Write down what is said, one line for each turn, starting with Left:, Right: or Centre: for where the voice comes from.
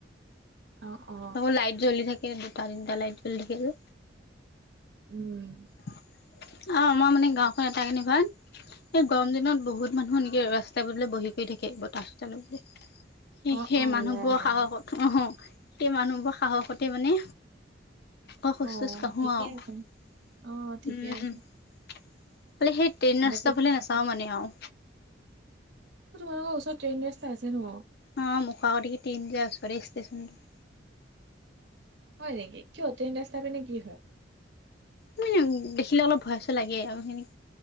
Right: অ অ
Left: আকৌ লাইট জ্বলি থাকে দুটা - তিনিটা লাইট জ্বলি থাকে যে।
Right: উম
Left: অ আমাৰ মানে গাঁওখন এটা কাৰনে ভাল এই গৰম দিনত বহুত মানুহ এনেকে ৰাস্তাই পদূলিয়ে বহি কৰি থাকে বতাহ চতাহ লবলে। সি
Right: অ
Left: সেই
Right: অ
Left: মানুহবোৰৰ
Right: ওলাই আহে
Left: সাহসত
Right: মানে
Left: অ সেই মানুহবোৰৰ সাহসতে মানে ক খোচ
Right: অ
Left: সোচ কঢ়ো
Right: ঠিকে
Left: আও উম
Right: আছে অ ঠিকে আছে
Left: এফালে সেই ট্ৰেইন ৰাস্তা
Right: বাকী
Left: ফালে নাচাও মানে আও
Right: তোমালোকৰ ওচৰত ট্ৰেন ৰাস্তা আছে ন?
Left: অ মুখৰ‌ আগৰেদি ট্ৰেইন যায় ওচৰে ষ্টেচন টো
Right: হয় নেকি কিয় ট্ৰেইন ৰাস্তা পিনে কি হয়?
Left: মেয়ঙ দেখিলে অলপ ভয় ছয় লাগে আও সেনিক